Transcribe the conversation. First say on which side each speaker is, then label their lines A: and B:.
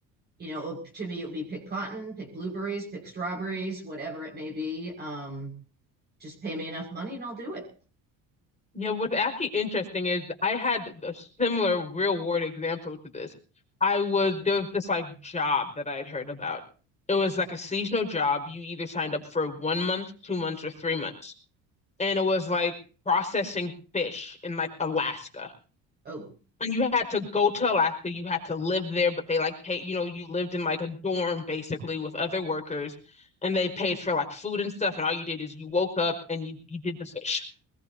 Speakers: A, on the right; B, on the left.
A: you know, to me, it would be pick cotton, pick blueberries, pick strawberries, whatever it may be. Um, just pay me enough money and I'll do it.
B: Yeah, what's actually interesting is I had a similar real world example to this. I was there was this like job that I had heard about. It was like a seasonal job. You either signed up for one month, two months, or three months. And it was like processing fish in like Alaska.
A: Oh,
B: And you had to go to Alaska, you had to live there, but they like pay, you know, you lived in like a dorm basically with other workers and they paid for like food and stuff, and all you did is you woke up and you, you did the fish.